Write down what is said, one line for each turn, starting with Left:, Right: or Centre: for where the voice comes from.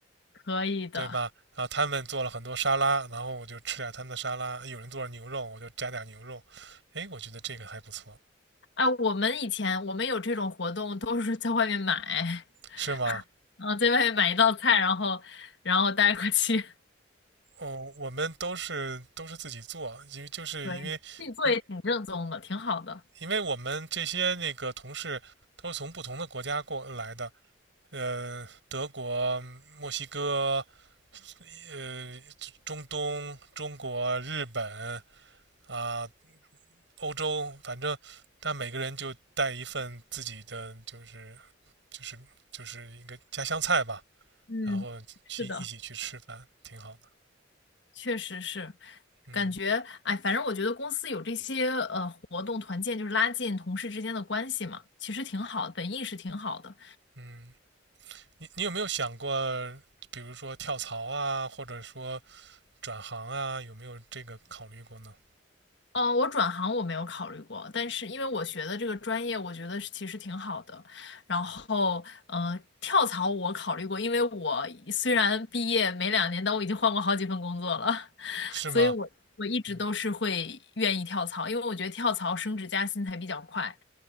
Left: 可以的。
Right: 对吧？然后他们做了很多沙拉，然后我就吃点他们的沙拉。有人做了牛肉，我就加点牛肉。哎，我觉得这个还不错，
Left: 哎，我们以前我们有这种活动，都是在外面买，
Right: 是吗？
Left: 啊，在外面买一道菜，然后然后带过去，
Right: 哦，我们都是都是自己做，因为就是因为因为
Left: <laughs> 可以自己做也挺正宗的，挺好的。
Right: 因为我们这些那个同事都是从不同的国家过来的，呃，德国、墨西哥、呃，中东、中国、日本啊、欧洲，反正但每个人就带一份自己的，就是就是就是一个家乡菜吧，
Left: 嗯，
Right: 然后去一起去吃饭，
Left: 是的，
Right: 挺好的。
Left: 确实是，
Right: 嗯
Left: 感觉哎，反正我觉得公司有这些呃活动团建，就是拉近同事之间的关系嘛，其实挺好的，本意是挺好的。
Right: 嗯，你你有没有想过，比如说跳槽啊，或者说转行啊，有没有这个考虑过呢？
Left: 嗯，呃我转行我没有考虑过，但是因为我学的这个专业，我觉得是其实挺好的。然后，嗯、跳槽我考虑过，因为我虽然毕业没两年，但我已经换过好几份工作了，<laughs>
Right: 是吗？
Left: 所以我我一直都是会愿意跳槽，
Right: 嗯
Left: 因为我觉得跳槽升职加薪才比较快。